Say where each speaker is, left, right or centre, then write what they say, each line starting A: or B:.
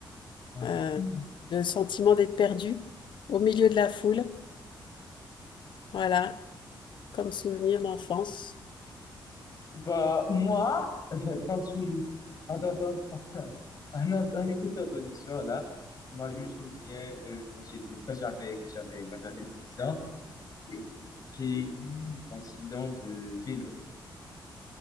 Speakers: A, on the left; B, on the left.
A: Hum.
B: euh, le sentiment d'être perdu au milieu de la foule. Voilà, comme souvenir d'enfance.
A: Bah, moi, <laughs> quand tu... Attends, attends. <laughs> Un, autre- un écouteur ton histoire, là, moi, je me souviens euh, quand j'étais, quand j'avais, quand j'avais, quand j'avais 10 ans, euh, j'ai eu un accident de vélo.